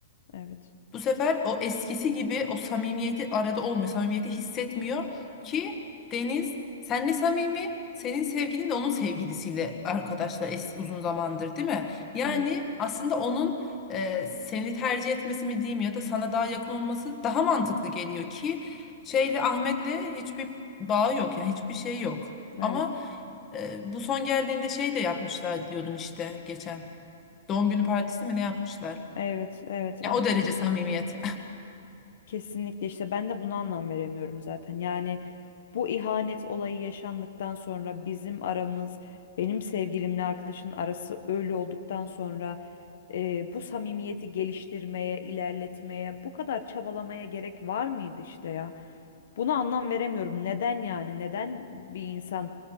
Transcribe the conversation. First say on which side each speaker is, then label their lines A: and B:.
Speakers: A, on the left (about 65°); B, on the left (about 20°).
A: Evet.
B: Bu sefer o eskisi gibi o samimiyeti arada olmuyor. Samimiyeti hissetmiyor ki Deniz senle samimi, senin sevgilin de onun sevgilisiyle arkadaşlar es- uzun zamandır değil mi? Yani
A: Evet.
B: aslında onun e, seni tercih etmesi mi diyeyim ya da sana daha yakın olması daha mantıklı geliyor ki şeyle Ahmet'le hiçbir bağı yok yani hiçbir şey yok.
A: Evet.
B: Ama e, bu son geldiğinde şey de yapmışlar diyordun işte geçen. Doğum günü partisi mi ne yapmışlar?
A: Evet. Evet. Ahmet
B: Ya o derece
A: için.
B: samimiyet.
A: Kesinlikle işte ben de buna anlam veremiyorum zaten. Yani bu ihanet olayı yaşandıktan sonra bizim aramız, benim sevgilimle arkadaşın arası öyle olduktan sonra e, bu samimiyeti geliştirmeye, ilerletmeye, bu kadar çabalamaya gerek var mıydı işte ya? Buna anlam veremiyorum. Neden yani? Neden bir insan